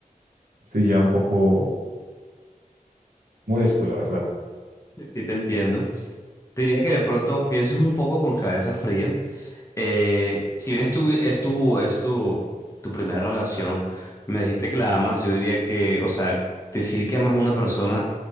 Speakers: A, on the right (about 80°); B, on the left (about 20°).
A: estoy ya un poco molesto, la verdad.
B: sí te entiendo. Te diría que de pronto pienses un poco con cabeza fría. Eh, si bien es tu, es tu, es tu, tu primera relación, me dijiste que la amas, yo diría que, o sea, decir que amas a una persona